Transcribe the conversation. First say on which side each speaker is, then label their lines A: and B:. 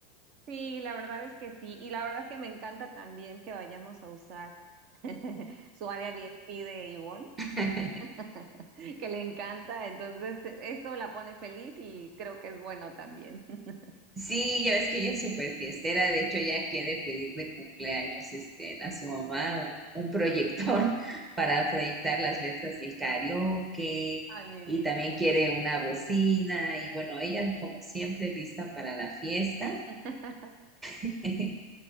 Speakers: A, on the right; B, on the right.
A: sí, la verdad es que sí. Y la verdad es que me encanta también que vayamos a usar <laughs> su área VIP de Ivonne
B: <laughs>
A: <laughs> que le encanta, entonces esto la pone feliz y creo que es bueno también. <laughs>
B: Sí, ya ves que ella es súper fiestera, de hecho ella quiere pedir de cumpleaños este, a su mamá un, un proyector <laughs> para proyectar las letras del karaoke
A: Ay, mi
B: y
A: vida.
B: también quiere una bocina y bueno, ella como siempre lista para la fiesta.
A: <laughs>
B: <laughs>